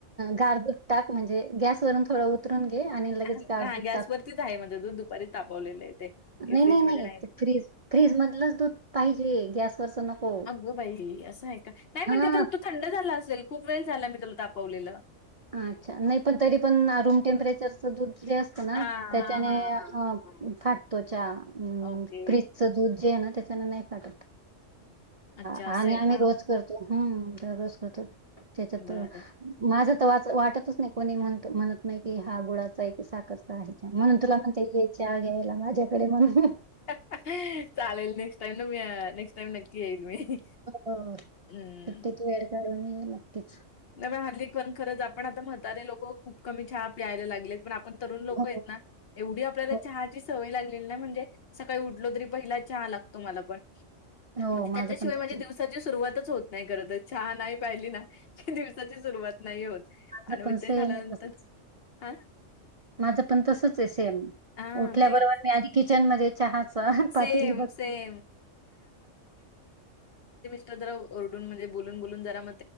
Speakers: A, on the right; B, on the left.
A: गार ग टाक म्हणजे गॅसवरून थोडं उत उतरून घे आणि लगेच
B: हां,
A: गार दूध
B: गॅसवरतीच
A: टाक
B: आहे माझं दूध दुपारी तापवलेलं आहे ते. हे
A: नई
B: फ्रिजमध्ये
A: नई नई
B: नाही.
A: त फ्रीज फ्रीजमधलंच दूध पाहिजे गॅसवरच नको.
B: हो बाई असं आहे का नाय म्हणजे
A: हा
B: आत तो थंड झाला असेल खूप वेळ झाला मी त्याला तापवलेलं.
A: अच्छा नाई पण तरी पण रूम टेम्परेचरचं दूध जे अस ना
B: हां,
A: त्याच्यानी
B: हां, हां, हां,
A: अ
B: हां.
A: फाटतो चहा अं
B: ओके.
A: फ्री ज दूध जे आहे ना त्याच्यांनी नाही फाटत
B: अच्छा
A: आणि
B: असं आहे
A: आम्ही
B: का?
A: रोज करतो हा दररोज करतो त्याच्यात
B: बरं.
A: माझ वाज वाटतच नाही कोणी म्ह म्हणत नाही कि हा गुळाचा आहे की सा खर चा आहे चहा म्हणून तुला म्हणते ये चहा घ्यायला माझ्याकडे म्हणून
B: चालेल नेक्स्ट टाईम न मी नेक्स्ट टाईम नक्की येईण मी.
A: हो नक्कीच
B: हं.
A: वेड काढून ये नक्कीच.
B: नाय पण हल्ली पण खरंच आपण आता म्हातारे लोक खूप कमी चहा प्यायला लागलेत. पण आपण तरुण लोक
A: हो.
B: आहेत ना एवढी आपल्याला
A: हो,
B: चहाची सवय लागलेली ना म्हणजे सकाळी उठलो तरी पहिला चहा लागतो मला पण
A: हो
B: म्हणजे
A: माझं
B: त्याच्याशिवाय
A: पण त्याच
B: माझे दिव दिवसाची सुरुवातच होत नाही खरत चहा नाही पाहिली ना दिवसाची सुरुवात नाही होत
A: माझं
B: आणि
A: पण
B: मग ते
A: सेम
B: झाल्यानंतर
A: आहे तसं.
B: हा.
A: माझं पण तसच सेम
B: हां,
A: उठल्याबरोबर
B: तेच.
A: मी आधी किचन मध्ये चहा च
B: सेम,
A: पातेली बघते.
B: सेम. आत्ता जरा ओरडून म्हणजे बून बोलून जरा म